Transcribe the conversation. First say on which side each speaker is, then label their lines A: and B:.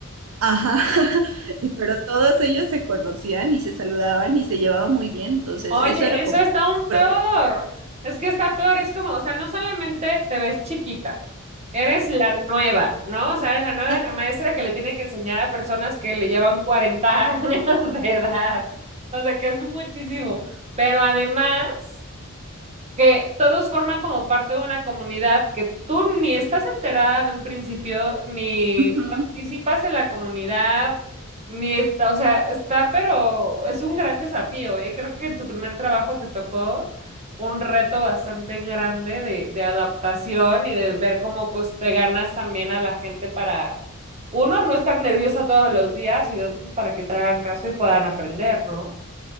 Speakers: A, on the right (about 70°); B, on the right (about 30°).
A: Ajá, <laughs> y pero todos ellos se conocían y se saludaban y se llevaban muy bien, entonces
B: Oye,
A: eso era
B: eso
A: como
B: está
A: un
B: aún
A: pro.
B: peor. Es que está peor, es como, o sea, no solamente te ves chiquita, eres la nueva, ¿no? O sea, eres la nueva,
A: Ajá.
B: eres la maestra que le tiene que enseñar a personas que le llevan 40 <laughs> años de edad. O sea, que es muchísimo. Pero además, que todos forman como parte de una comunidad que tú ni estás enterada de un principio, ni
A: Ujú.
B: participas en la comunidad, ni está, o sea, está, pero es un gran desafío, ¿eh? Creo que en tu primer trabajo te tocó un reto bastante grande de, de adaptación y de ver cómo pues te ganas también a la gente para, uno, no estar nerviosa todos los días y dos, pues para que te hagan caso y puedan aprender, ¿no?